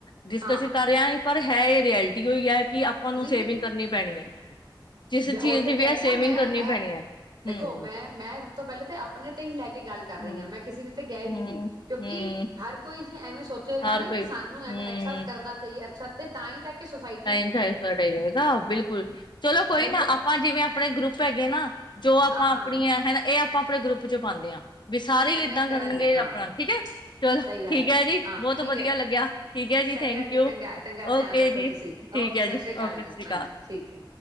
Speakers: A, on the left; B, on the right.
A: ਡਿਸਕਸੀ
B: ਹਾਂ
A: ਕਰਿਆਏ ਪਰ ਹੈ ਇਹ ਰਐਲਟੀ ਹੋਈ ਹੈ। ਕਿ ਆਪਾਂ ਨੂੰ
B: ਨਹੀਂ,
A: ਸੇਵਿੰਗ
B: ਨਹੀਂ
A: ਕਰਨੀ ਪੈਣੀ ਹੈ ਜਿਸ
B: ਮੈਂ ਉਹੀ
A: ਚੀਜ਼
B: ਤਾਂ
A: ਦੀ ਵੀ
B: ਕਹਿ
A: ਹੈ
B: ਰਹੀ ਹਾਂ
A: ਸੇਵਿੰਗ
B: ਮੈਂ
A: ਕਰਨੀ
B: ਇਹ
A: ਪੈਣੀ ਹੈ
B: ਦੇਖੋ
A: ਹਮ
B: ਮੈਂ ਮੈਂ ਸਭ ਤੋਂ ਪਹਿਲੇ ਤਾਂ ਆਪਣੇ ਤੇ ਹੀ ਲੈ ਕੇ ਗੱਲ ਕਰ ਰਹੀ
A: ਹਮ
B: ਹਾਂ ਮੈਂ ਕਿਸੇ ਦੀ ਤੇ ਗਹਿ ਹੀ ਨਹੀਂ
A: ਹਮ
B: ਰਹੀ ਕਿਉਂਕਿ
A: ਹਮ
B: ਹਰ ਕੋਈ ਜੇ ਐਵੇਂ ਸੋਚ ਪੁੇਗਾ
A: ਹਰ
B: ਨਾ ਕਿ
A: ਕੋਈ
B: ਸਾਨੂੰ ਐਵੇਂ
A: ਹਮ
B: ਅੱਛਾ ਕਰਨਾ ਚਾਹੀਏ ਅੱਛਾ ਤੇ ਤਾਂ ਤਾ ਈ ਜਾ ਕੇ ਸੋਸਾਈ
A: ਨਟ ਜਾਏਗਾ ਬਿਲਕੁਲ ਚਲੋ ਕੋਈ
B: ਨਹੀਂ
A: ਨਾ
B: ਤੇ
A: ਆਪਾਂ ਜਿਵੇਂ ਆਪਣੇ ਗਰੁੱਪ ਹੈ ਗੇ ਨਾ ਜੋ ਆਪਾਂ
B: ਹਾਂ ਹਾਂ
A: ਆਪਣੀੀਆਂ
B: ਹਾਂ
A: ਹਨਾ ਇਹ ਆਪ ਆਪਾਂ ਆਪਣੇ ਗਰੁੱਪ ਚੋਂ ਪਾਉਦੇ ਹਾਂ ਬ ਸਾਰੇ
B: ਇੰਨਾ
A: ਏਦਾਂ
B: ਹੀ ਕਰਾਂਗੇ
A: ਕਰਨਗੇ
B: ਹਾਂ
A: ਆਪਣਾ ਠੀਕ ਹੈ। ਚਲੋ
B: ਸਹੀ ਗੱਲ
A: ਠੀਕ ਹੈ ਜੀ
B: ਹਾਂ
A: ਬਹੁਤ
B: ਠੀਕ
A: ਵਧੀਆ
B: ਹੈ
A: ਲੱਗਿਆ ਠੀਕ ਹੈ ਜੀ
B: ਚੰਗਾ
A: ਥੈਂਕ ਯੂ
B: ਚੰਗਾ ਚੰਗਾ
A: ਓਕੇ
B: ਧਿਆਨ ਰੱਖੋ
A: ਜੀ
B: ਤੁਸੀਂ
A: ਠੀਕ
B: ਓਕੇ
A: ਹੈ
B: ਸਤ
A: ਜੀ
B: ਸ੍ਰੀ ਅਕਾਲ
A: ਓਕੇ
B: ਜੀ
A: ਸਤਿ ਸ਼੍ਰੀ
B: ਹਾਂਜੀ ਠੀਕ ਹੈ।